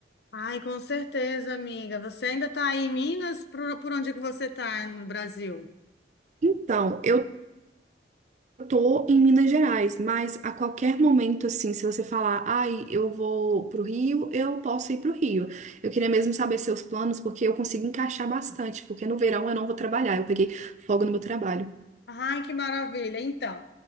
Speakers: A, on the left; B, on the right.
A: Ai, com certeza, amiga. Você ainda tá aí em Minas? Por, por onde é que você tá no Brasil?
B: Então, eu tô em Minas Gerais, mas a qualquer momento, assim, se você falar, ai, eu vou pro Rio, eu posso ir pro Rio. Eu queria mesmo saber seus planos, porque eu consigo encaixar bastante, porque no verão eu não vou trabalhar, eu peguei folga no meu trabalho.
A: Ai, que maravilha. Então,